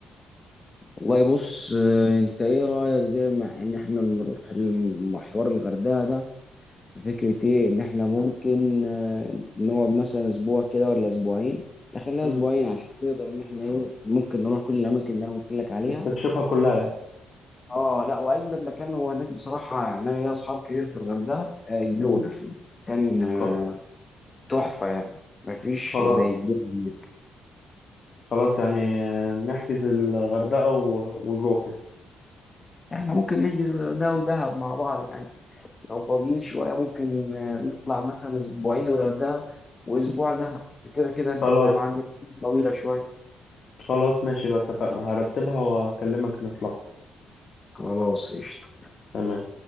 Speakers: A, on the left; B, on the left.
A: والله بص آه، انت ايه رايك زي ما ان احنا نروح المحور الغردقه ده ففكرة ايه ان احنا ممكن آه، نقعد مثلا اسبوع كده ولا اسبوعين لا خليها
B: مم.
A: اسبوعين عشان نقدر ان احنا ايه ممكن نروح كل الاماكن اللي انا قلت لك عليها
B: تستكشفها كلها يعني
A: اه لا واجمد مكان هو هناك بصراحة يعني انا ليا اصحاب كتير في الغردقة آه، الجونة
B: مم.
A: كان آه،
B: خ-
A: تحفة يعني مفيش
B: خلاص
A: زي الجونة
B: خلاص يعني نحجز الغردقة و... ونروح يعني
A: احنا ممكن نحجز الغردقة ودهب مع بعض يعني لو فاضيين شوية ممكن آه، نطلع مثلا اسبوعين الغردقة واسبوع دهب كده كده انت
B: خلاص
A: فاهم عندي طويلة شوية
B: خلاص ماشي بقى اتفقنا هرتبها واكلمك نطلع
A: خلاص قشطة
B: تمام